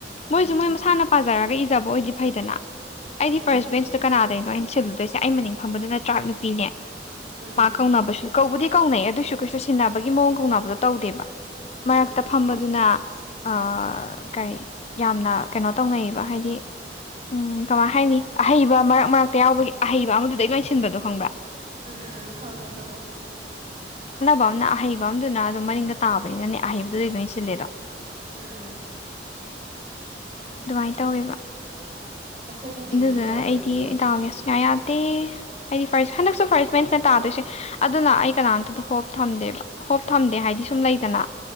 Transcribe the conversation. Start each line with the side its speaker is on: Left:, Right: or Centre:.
Left: ꯃꯣꯏꯁꯨ
Right: ꯎꯝ
Left: ꯃꯣꯏ ꯃꯁꯥꯅ ꯄꯥꯖ <unintelligible> ꯖꯔꯒ ꯏꯖꯕ ꯑꯣꯏꯗꯤ ꯐꯩꯗꯅ
Right: ꯑꯗꯨꯅꯦ
Left: ꯑꯩꯗꯤ ꯐꯥꯔꯁ ꯕꯦꯟꯁꯇ ꯀꯅꯥ <unintelligible> ꯗꯩꯅꯣ ꯑꯩꯅ ꯁꯤꯜꯂꯨꯗꯣꯏꯁꯦ ꯑꯩ ꯃꯅꯤꯡ ꯐꯝꯕꯗꯨꯅ ꯇ꯭ꯔꯥꯏꯞ ꯅꯨꯄꯤꯅꯦ
Right: ꯎꯝ
Left: ꯃꯥ ꯀꯧꯅꯕꯁꯨ ꯀꯧꯕꯨꯗꯤ ꯀꯧꯅꯩ ꯑꯗꯨꯁꯨ ꯀꯩꯁꯨꯛ ꯆꯨꯁꯤꯟꯅꯕꯒꯤ ꯃꯑꯣꯡ ꯀꯧꯅꯕꯗꯣ ꯇꯧꯗꯦꯕ
Right: ꯎꯝ
Left: ꯃꯔꯛꯇ
Right: ꯎꯝ
Left: ꯐꯝꯕꯗꯨꯅ ꯑ ꯀꯔꯤ ꯌꯥꯝꯅ ꯀꯩꯅꯣ ꯇꯧꯅꯩꯌꯦꯕ ꯍꯥꯏꯗꯤ ꯎꯝ ꯀꯃꯥꯏ ꯍꯥꯏꯅꯤ ꯑꯍꯩꯕ ꯃꯔꯛ ꯃꯔꯛꯇ ꯌꯥꯎꯕꯒꯤ ꯑꯍꯩꯕ ꯑꯃꯗꯨꯗꯩ ꯂꯣꯏꯁꯤꯟꯕꯗꯣ ꯈꯪꯕ꯭ꯔꯥ
Right: ꯎꯝ ꯎꯝ ꯈꯪꯉꯦ ꯈꯪꯉꯦ
Left: ꯑꯝꯅ ꯑꯍꯩꯕ ꯑꯃꯗꯨꯅ ꯑꯗꯨꯝ ꯃꯅꯤꯡꯡꯗ ꯇꯥꯕꯅꯤꯅꯅꯦ ꯑꯍꯩꯕꯗꯨꯗꯩ ꯂꯣꯏ ꯁꯤꯜꯂꯦꯗꯣ
Right: ꯎꯝ꯫
Left: ꯑꯗꯨꯃꯥꯏꯅ ꯇꯧꯋꯦꯕ
Right: ꯑꯩꯈꯣꯏꯒꯤꯗꯤ ꯃꯤ
Left: ꯑꯗꯨꯗꯨꯅ
Right: ꯌꯥꯝꯗꯕꯅꯤꯅ
Left: ꯑꯩꯗꯤ ꯗꯥꯎꯁꯦ ꯁꯨꯡꯌꯥ ꯌꯗ ꯑꯩꯗꯤ ꯐꯔꯁ ꯍꯟꯗꯛꯁꯨ ꯐꯥꯔꯁ ꯃꯦꯟꯁꯅ ꯇꯥꯗꯣꯏꯁꯦ ꯑꯗꯨꯅ ꯑꯩ ꯀꯅꯥꯝꯇꯗ ꯍꯣꯞ꯫ ꯍꯣꯞ ꯊꯝꯗꯦꯕ ꯍꯣꯞ ꯊꯝꯗꯦ ꯍꯥꯏꯗꯤ ꯁꯨꯝ ꯂꯩꯗꯅ